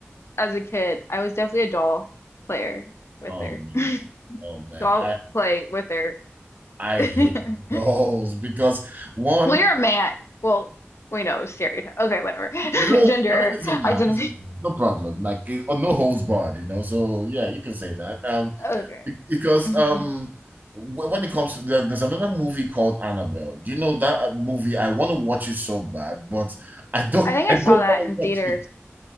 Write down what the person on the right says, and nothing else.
oh
man, oh
man,
I
I, I
hate those because one,
you know,
I mean, listen now,
this is no problem, like it, uh, no holds barred, you know. So yeah, you can say that. Um,
be- because
um, wh- when it comes to there, there's another movie called Annabelle. Do you know that uh, movie? I want to watch it so bad, but I don't.
<laughs>
I
don't
want to
watch it.